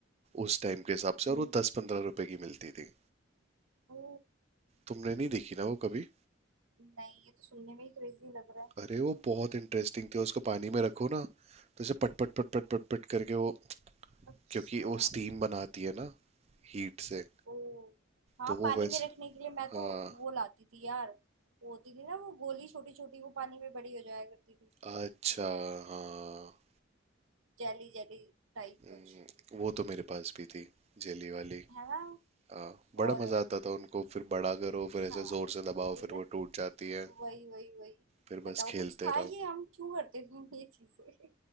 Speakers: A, on the right; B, on the right.
A: उस टाइम के हिसाब से
B: हम्म
A: और वो दस पंद्रह रुपए की मिलती थी
B: ओ
A: तुमने नहीं देखी ना वो कभी
B: नहीं ये तो सुनने में ही क्रेजी लग रहा है
A: अरे वो बहुत इंटरेस्टिंग थी उसको पानी में रखो ना तो उसे पट पट पट पट पट पट करके वो
B: अच्छा
A: क्योंकि वो स्टीम बनाती है ना हीट से
B: ओ हाँ
A: तो वो
B: पानी
A: वैसे
B: में रखने के लिए मैं तो
A: हाँ
B: वो लाती थी यार वो होती थी ना वो गोली छोटी छोटी वो पानी में बड़ी हो जाया करती थी
A: अच्छा हाँ
B: जेली जेली टाइप
A: हम्म,
B: कुछ
A: वो तो मेरे पास भी थी जेली वाली
B: है ना
A: हाँ
B: और
A: बड़ा मजा आता था उनको फिर बड़ा करो फिर ऐसे
B: हाँ
A: जोर से दबाओ
B: वही
A: फिर
B: ना
A: वो टूट जाती है
B: वही वही वही
A: फिर
B: बताओ
A: बस खेलते
B: कुछ था
A: रहो
B: ये हम क्यों करते थे ये चीजें